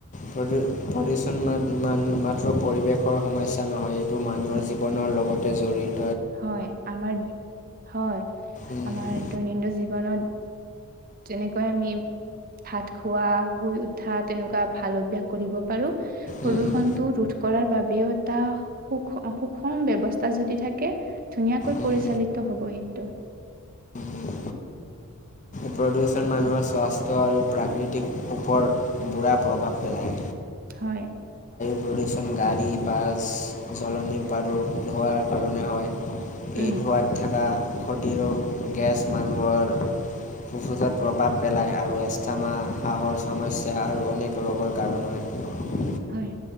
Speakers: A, on the left; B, on the right.
A: প্ৰদ প্ৰদূষণ মাত্ৰ পৰিৱেশৰ সমস্যা নহয়। টো মানুহৰ
B: হ-
A: জীৱনৰ লগতে জড়িৰ
B: হয়, আমাৰ হয়,
A: উম,
B: আমাৰ দৈনন্দিন জীৱনত তেনেকৈ আমি ভাত খোৱা, শুই উঠা তেনেকুৱা ভাল অভ্যাস কৰিব পাৰোঁ, প্ৰদূষণটোও
A: উম,
B: ৰোধ কৰাৰ বাবেও এটা সুষ-সুষম ব্যৱস্থা যদি থাকে ধুনীয়াকৈ
A: উম,
B: পৰিচালিত হ'ব এইটো।
A: উম। প্ৰদূষণ মানুহৰ স্বাস্থ্য আৰু প্ৰাকৃতিক ওপৰত বুৰা প্ৰভাৱ পেলায়।
B: হয়।
A: প্ৰদুষণ গাড়ী, বাছ জ্বলনি আৰু ধোঁৱাৰ কাৰণে হয়। এই
B: উম
A: ধোঁৱাত থকা ক্ষতিৰোগ গেছ মানুহৰ- ফুফোজাত প্ৰভাৱ পেলায় আৰু এষ্টামা, কাহৰ সমস্যা আৰু অনেক ৰোগৰ কাৰণ হয়।
B: হয়